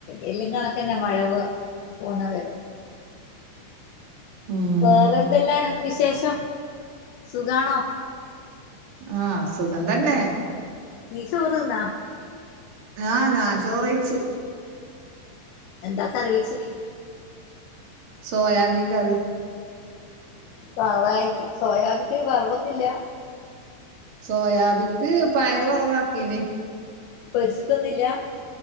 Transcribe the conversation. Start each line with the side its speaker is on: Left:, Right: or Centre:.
Left: എല്ലും കണക്കന്നെ മഴവ് പോന്ന വരേ
Right: ആഹ്
Left: വേറെന്തെല്ലാ വിശേഷം സുഖാണോ?
Right: ആഹ് സുഖം തന്നെ.
Left: നീ ചോറ്തിന്നാ?
Right: ആ ഞാൻ ചോറൈച്ചു.
Left: എന്താ കറിവച്ചിനി?
Right: സോയാബീൻ കറി
Left: സവായ് സോയാബിക്ക് വർവൊന്നില്ല
Right: സോയാബിക്ക് പയറ് വറവാക്കീനിം
Left: പൊരിച്ചിട്ടൊന്നുല്ല